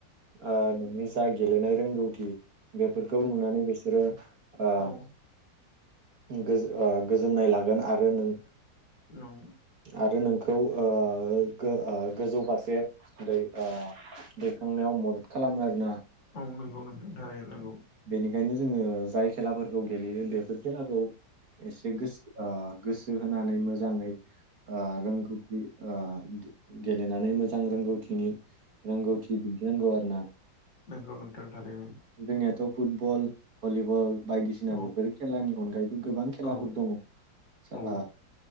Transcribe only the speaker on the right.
ओ नोंनि जा गेलेनाय रोंगौथि बेफोरखौ नुनानै बिसोरो ओ
गोज ओ गोजोननाय लागोन आरो नों
आरो नोंखौ ओ गो ओ गोजौ फारसे दै ओ दैखांनायाव मदद खालामो आरो ना।
बेनिखायनो जोंङो जाय खेलाफोरखौ गेलेयो बेफोर खेलाखौ एसे गोस ओ गोसो होनानै मोजाङै ओ रोंगौ ओ गेलेनानै मोजां रोंगौथिनि रोंगौथि दिन्थिनांगौ आरो ना।
जोंनियाथ' फुटबल भलिबल बायदिसिना
बेफोर खेलानि अनगायै गोबां खेलाफोर
दंङ ओ